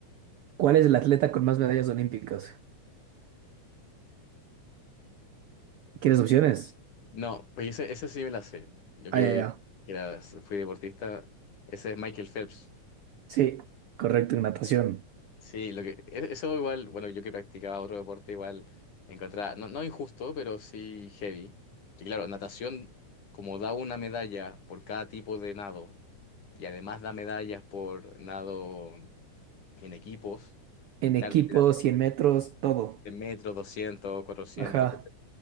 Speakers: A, on the right; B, on the left.
A: ¿Cuál es el atleta con más medallas olímpicas? ¿Quieres opciones?
B: No, pues ese, ese sí me la sé. Yo que
A: Ah, ya, ya.
B: era, fui deportista, ese es Michael Phelps.
A: Sí, correcto, en natación.
B: Sí, lo que, e- eso igual, bueno, yo que practicaba otro deporte igual encontraba, no, no injusto, pero sí heavy. Que claro, natación, como da una medalla por cada tipo de nado, y además da medallas por nado en equipos,
A: En
B: claro,
A: equipo,
B: era
A: 100 metros, todo.
B: de metros, doscientos cuatrocientos
A: Ajá.